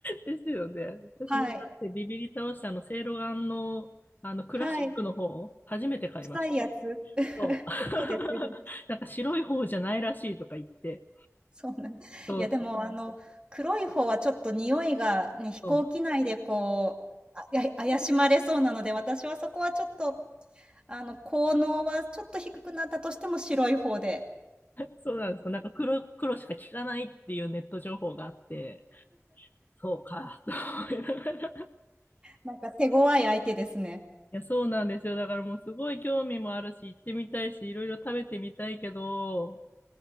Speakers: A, on the left; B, on the right.
A: ですよね。私もだってビビり倒したあの、
B: はい。
A: セイロガンの、あの、クラシックの方を初めて買いました。
B: はい。臭いやつ。<laughs>
A: そう。<laughs>
B: そうですよね。
A: なんか白い方じゃないらしいとか言って。
B: <laughs> そうなんいや、
A: そうそう
B: でも、あの、黒い方はちょっと匂いがね、飛行機内でこう、
A: そう。
B: あ、や怪しまれそうなので、私はそこはちょっと、あの、効能はちょっと低くなったとしても白い方で、
A: そうなんですか。なんか黒、黒しか聞かないっていうネット情報があって、そうか、<laughs> と思いながら。い
B: なんか手強い相手ですね。
A: や、そうなんですよ。だからもうすごい興味もあるし、行ってみたいし、いろいろ食べてみたいけど、